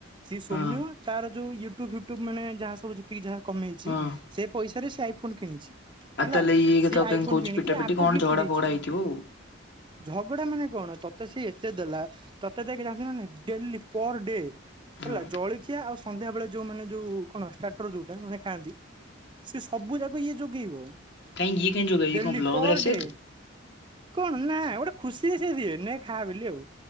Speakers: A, on the right; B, on the left.
A: ସେଇ ସୌମ୍ୟ
B: ହଁ
A: ତାର ଯୋଉ ୟୁଟ୍ୟୁବୁ ଫ୍ୟୁଟ୍ୟୁବ ମାନେ ଯହା ସବୁ ଯେତିକି ଯାହା କମେଇଛି।
B: ହଁ
A: ସେ ପଇସାରେ ସେ ଆଇଫୋନ୍ କିଣିଛି।
B: ଆଉ
A: ହେଲା,
B: ତାହେଲେ ଇଏ
A: ସିଏ
B: ତ କାହିଁ
A: ଆଇଫୋନ୍
B: କହୁଛି
A: କିଣିକି
B: ପିଟା ପିଟି
A: ଆକୁ
B: କଣ
A: ଗିଫ୍ଟ
B: ଝଗଡା
A: ଦେଇଚି।
B: ଫଗଡା ହେଇଥିବ ଆଉ।
A: ଝଗଡ଼ା ମାନେ କଣ ତତେ ସିଏ ଏତେ ଦେଲା। ତୋତେ ଦେଖେ ଜାଣିଚୁନା ନାଇଁ ଡେଲି ପର ଡେ ହେଲା
B: ହଁ
A: ଜଳଖିଆ ଆଉ ସନ୍ଧ୍ୟା ବେଳେ ଯୋଉ ମାନେ ଯୋଉ କଣ ଷ୍ଟାଟର୍ ଯୋଉଟା ମାନେ ଖାଆନ୍ତି ସେ ସବୁ ଯାକ ଇଏ ଯୋଗେଇବ।
B: କାହିଁକି ଇଏ କାହିଁ ଯୋଗାଏ ଇଏ
A: ଡେଲି
B: କଣ ବ୍ଲଗ୍
A: ପର
B: ରେ ଆସିବାକୁ?
A: ଡେ କଣ ନା ଗୋଟେ ଖୁସିରେ ସେ ଦିଏ ନେ ଖା ବୋଲିି ଆଉ।